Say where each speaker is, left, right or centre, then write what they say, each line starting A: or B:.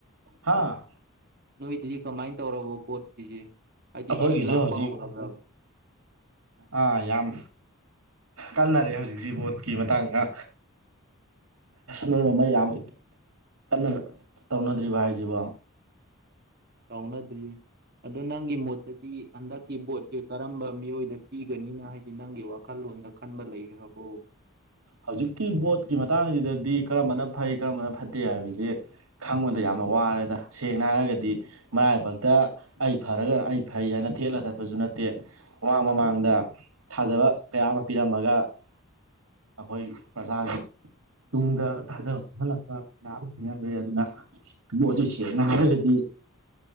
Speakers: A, on the right; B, on the right.
A: ꯍꯥꯥ
B: ꯅꯣꯏꯗꯤ ꯀꯃꯥꯏꯅ ꯇꯧꯔꯕꯣ ꯚꯣꯠꯀꯤꯁꯦ ꯍꯥꯏꯗꯤ
A: ꯑꯈꯣꯏꯒꯤꯁꯨ
B: ꯁꯤꯟ ꯂꯥꯡꯕ
A: ꯍꯧꯖꯤꯛ
B: ꯍꯧꯔꯕ꯭ꯔꯥ
A: ꯑꯥ ꯌꯥꯝ ꯀꯟꯅꯔꯦ ꯍꯧꯖꯤꯛꯁꯤ ꯕꯣꯠꯀꯤ ꯃꯇꯥꯡꯒ ꯅꯣꯏꯔꯣꯝ ꯃꯩ ꯌꯥꯝ ꯀꯟꯅ ꯇꯧꯅꯗ꯭ꯔꯤꯕ ꯍꯥꯏꯁꯤꯕꯣ
B: ꯇꯧꯅꯗ꯭ꯔꯤ ꯑꯗꯨ ꯅꯪꯒꯤ ꯃꯣꯠꯇꯗꯤ ꯍꯟꯗꯛꯀꯤ ꯕꯣꯠꯁꯦ ꯀꯔꯝꯕ ꯃꯤꯑꯣꯏꯗ ꯄꯤꯒꯅꯤꯅ ꯍꯥꯏꯗꯤ ꯅꯪꯒꯤ ꯋꯥꯈꯜꯂꯣꯟꯗ ꯈꯟꯕ ꯂꯩꯈ꯭ꯔꯕꯣ
A: ꯍꯧꯖꯤꯛꯀꯤ ꯚꯣꯠꯀꯤ ꯃꯇꯥꯡꯁꯤꯗꯗꯤ ꯀꯔꯝꯕꯅ ꯐꯩ ꯀꯔꯝꯕꯅ ꯐꯠꯇꯦ ꯍꯥꯏꯕꯖꯦ ꯈꯪꯕꯗ ꯌꯥꯝꯅ ꯋꯥꯔꯦꯗ ꯁꯦꯡꯅ ꯍꯥꯏꯔꯒꯗꯤ ꯃꯔꯥꯏꯕꯛꯇ ꯑꯩ ꯐꯔꯒ ꯑꯩ ꯐꯩ ꯍꯥꯏꯅ ꯊꯦꯠꯂ ꯆꯠꯄꯁꯨ ꯅꯠ ꯇꯦ ꯃꯃꯥꯡ ꯃꯃꯥꯡꯗ ꯊꯥꯖꯕ ꯀꯌꯥ ꯑꯃ ꯄꯤꯔꯝꯃꯒ ꯑꯈꯣꯏꯒꯤ ꯄ꯭ꯔꯖꯥꯒꯤ ꯇꯨꯡꯗ ꯊꯥꯖꯕ ꯃꯥꯡꯍꯜꯂꯛꯄ ꯃꯌꯥꯝ ꯊꯦꯡꯅꯒ꯭ꯔꯦ ꯑꯗꯨꯅ ꯕꯣꯠꯁꯦ ꯁꯦꯡꯅ ꯍꯥꯏꯔꯒꯗꯤ